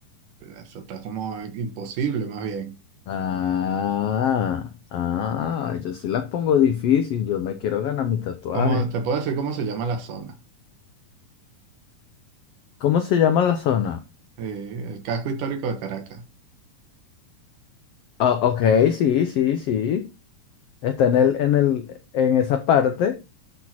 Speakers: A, on the right (about 75°); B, on the left (about 80°).
A: eso está como imposible más bien.
B: Ah, ah, yo sí las pongo difícil, yo me quiero ganar mi tatuaje.
A: ¿Cómo, te puedo decir cómo se llama la zona?
B: ¿Cómo se llama la zona?
A: Sí, el casco histórico de Caracas,
B: Ah, ok, sí, sí, sí. Está en el, en el, en esa parte.